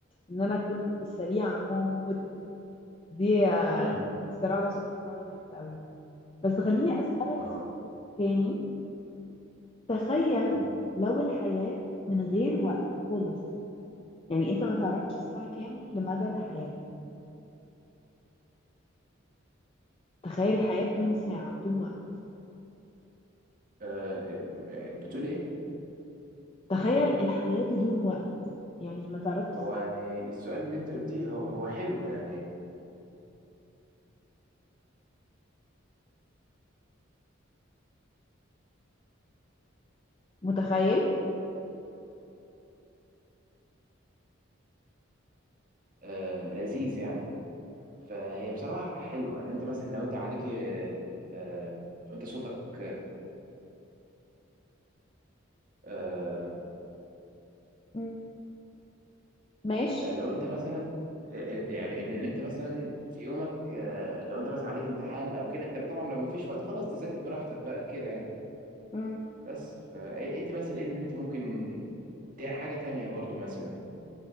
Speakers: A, on the left; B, on the right.
A: ان انا اكون سريعة موت دي
B: امم
A: بصراحة سوبر باور جامدة قوي بس خليني أسألك
B: اه
A: سؤال تاني تخيل
B: امم
A: لو الحياة من غير وقت خالص يعني انت ما تعرفش الساعة كام لمدى الحياة تخيل الحياة بدون ساعة بدون وقت
B: آه، بتقولي ايه
A: تخيل الحياة بدون وقت يعني ما تعرفش الساعة
B: هو يعني السؤال اللي انت قلتيه هو هو حلو يعني
A: متخيل
B: آه لذيذ يعني فهي بصراحة حلوة ان انت مثلا لو انت عليك آه آه، لو انت صوتك آه
A: مم. ماشي
B: آه، لو انت مثلا آه، آه، يعني ان ان انت مثلا في يومك آه لو انت مثلا عليك امتحان او كده انت طبعا لو ما فيش وقت خلاص تذاكر براحتك بقى كده يعني
A: مم.
B: بس فانت مثلا ايه اللي انت ممكن تا- حاجة تانية برضو مثلا